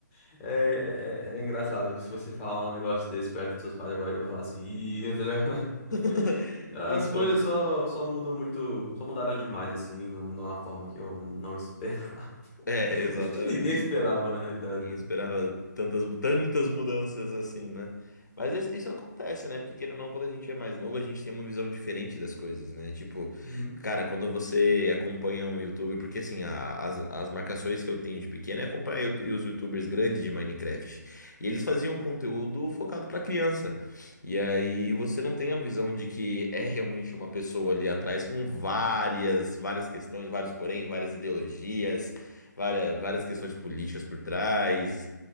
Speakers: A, on the left; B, on the left.
A: <laughs> é, é- é engraçado, porque se você falar um negócio desse perto dos seus pais agora, ele vai falar assim, ih, tá ligado? <laughs>
B: <laughs>
A: As
B: Então,
A: coisas só, só mudam muito, só mudaram demais, assim, num- numa forma que eu não esperava.
B: é,
A: <laughs>
B: exatamente.
A: Acho que ninguém esperava, na realidade,
B: Ninguém
A: né?
B: esperava tantas, tantas mudanças assim, né? Mas isso isso acontece, né? Porque queira ou não, quando a gente é mais novo, a gente tem uma visão diferente das coisas, né? Tipo,
A: Uhum.
B: cara, quando você acompanha um youtuber, porque assim, a- as, as marcações que eu tenho de pequeno é acompanhar yout- os youtubers grandes de Minecraft. E eles faziam conteúdo focado pra criança. E aí você não tem a visão de que é realmente uma pessoa ali atrás com várias, várias questões, vários porém, várias ideologias várias, várias questões políticas por trás.